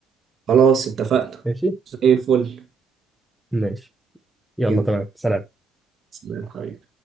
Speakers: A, on the right; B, in the centre.
A: خلاص اتفقنا
B: ماشي
A: زي الفل
B: ماشي يلا
A: يلا
B: تمام سلام
A: سلام حبيبي